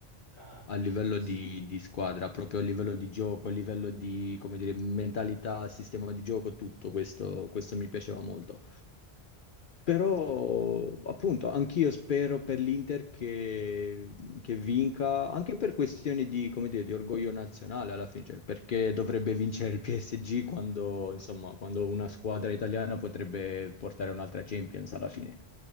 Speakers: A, on the right; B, on the left.
A: Ah, Tony
B: a livello
A: Cross.
B: di, di squadra, proprio a livello di gioco, a livello di, come dire, mentalità, sistema di gioco, tutto questo, questo mi piaceva molto. Però, appunto, anch'io spero per l'Inter che, che vinca, anche per questioni di, come dire, di orgoglio nazionale alla fine, cioè, perché dovrebbe vincere il PSG quando, insomma, quando una squadra italiana potrebbe portare un'altra Champions alla fine.